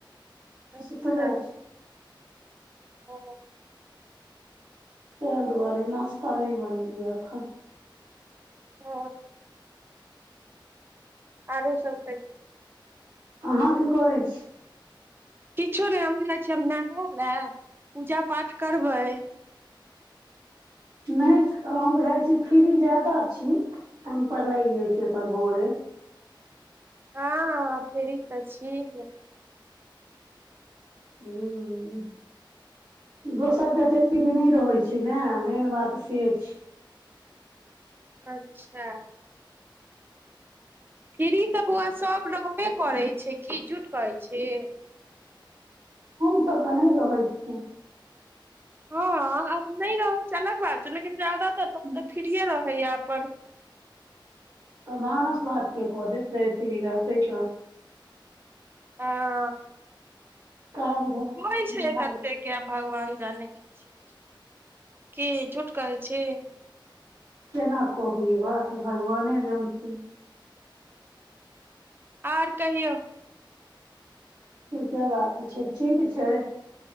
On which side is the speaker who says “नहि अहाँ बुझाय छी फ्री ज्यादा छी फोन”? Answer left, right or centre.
Right